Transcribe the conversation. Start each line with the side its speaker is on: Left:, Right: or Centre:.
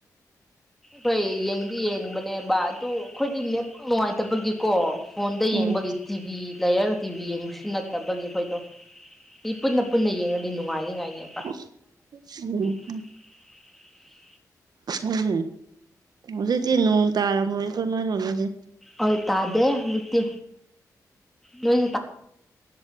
Centre: ꯐꯩ ꯌꯦꯡꯗꯤ ꯌꯦꯡꯕꯅꯦ ꯕꯥ ꯑꯗꯨ ꯑꯩꯈꯣꯏꯗꯤ ꯅꯦꯠ ꯅꯨꯡꯉꯥꯏꯇꯕꯒꯤꯀꯣ ꯐꯣꯟꯗ ꯌꯦꯡꯕꯒꯤ
Right: ꯎꯝ
Centre: ꯇꯤꯚꯤ ꯂꯩꯔ ꯇꯤꯚꯤ ꯌꯦꯡꯕꯁꯨ ꯅꯠꯇꯕꯒꯤ ꯑꯩꯈꯣꯏꯗꯣ ꯇꯤꯚꯤ ꯄꯨꯟꯅ ꯄꯨꯟꯅ ꯌꯦꯡꯉꯗꯤ ꯅꯨꯡꯉꯥꯏꯅꯤ ꯍꯥꯏꯅꯦꯕ
Right: <inaudible>
Centre: <inaudible>
Right: ꯎꯝ ꯑꯗꯨꯗꯤ ꯅꯣꯡ ꯇꯥꯔꯝꯃꯣꯏ ꯀꯣ ꯅꯣꯢꯔꯣꯝꯗꯗꯤ
Centre: ꯍꯣꯏ ꯇꯥꯗꯦ ꯍꯧꯖꯤꯛꯇꯤ ꯅꯣꯏ